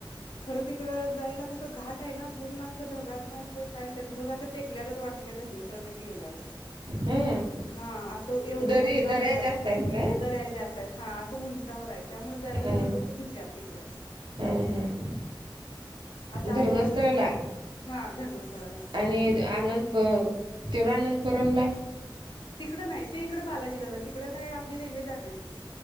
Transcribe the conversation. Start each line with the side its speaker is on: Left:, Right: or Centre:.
Left: खरं तिकड जायला कस घाट आहे ना पूर्ण. असं ढगात ना असं काय ढग असं टेकल्यागत वाटतय त्या धर्मस्थळ पाशी गेल्यावर.
Right: हा
Left: हा अस एवढं
Right: दरी
Left: उंचावर
Right: दऱ्या
Left: अस.
Right: जास्त आहेत काय
Left: दर्या जास्त आहेत हा असंं उंचावर् त्यामुळे जायला
Right: हा
Left: जरा लोक भित्यात तिकडं.
Right: हा हा हा
Left: असं आपल्या
Right: धर्मस्थळला.
Left: इकडं कसं हा धर्मस्थळाला
Right: आणि आनंदप तव अनंतपुरमला.?
Left: तिकडं नाही. ते इकडं बालाजिला आलं. तिकडं काय आपली रेल्वे जातेच की.